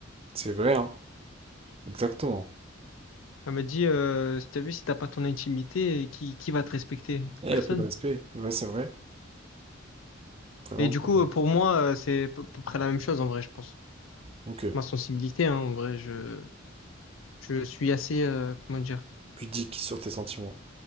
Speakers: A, on the right; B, on the left.
A: C'est vrai, hein. Exactement.
B: Elle m'a dit, euh, si t'as vu, si t'as pas ton intimité, qui, qui va te respecter?
A: Eh,
B: Personne.
A: peu de respect. Ouais, c'est vrai. Vraiment
B: Et du
A: pas
B: coup,
A: bon.
B: pour moi, euh, c'est à peu peu près la même chose, en vrai, je pense.
A: Ok.
B: Ma sensibilité, hein, en vrai, je, je suis assez, euh, comment dire,
A: Pudique sur tes sentiments.